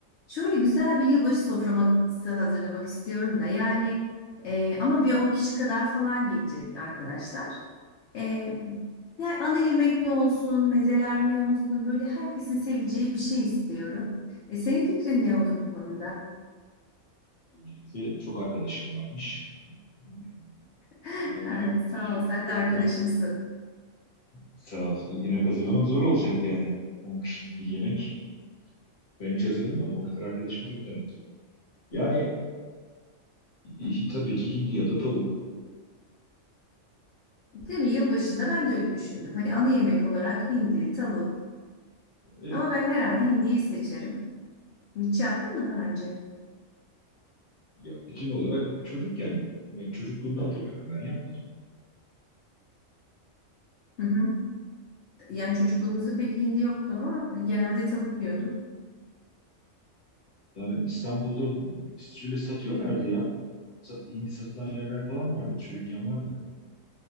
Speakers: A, on the left; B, on the left.
A: Şöyle güzel bir yılbaşı soframası hazırlamak istiyorum da yani e, ama bir 10 kişi kadar falan gelecek arkadaşlar. E, yani ana yemek ne olsun, mezeler ne olsun böyle herkesin seveceği bir şey istiyorum. E, senin fikrin ne olur bu konuda?
B: Öncelikle çok arkadaşım varmış. Yani
A: <laughs>
B: bunlara yemek,
A: Ay, sağ
B: şey,
A: ol sen
B: yemek
A: de
B: hazırlamak
A: arkadaşımsın.
B: sağ olsun. Yemek hazırlamak zor olacak yani. 10 kişilik bir yemek. Ben hiç hazırlamadım. O kadar arkadaşım yok demek ki. Yani e, tabii ki hindi ya da tavuk.
A: Değil mi? Yılbaşında ben de öyle düşündüm. Hani ana yemek olarak hindi, tavuk
B: Evet.
A: ama ben herhalde hindiyi seçerim. Hiç yaptın mı daha önce?
B: Ya bütün olarak çocukken ben çocukluğumda hatırlıyorum ben yapmadım.
A: Hı hı. Yani çocukluğumuzda pek hindi yoktu ama genelde tavuk yiyorduk.
B: Ya ben İstanbul'da şöyle satıyorlardı ya. Sa- Hindi satılan yerler falan vardı. Çocukken vardı.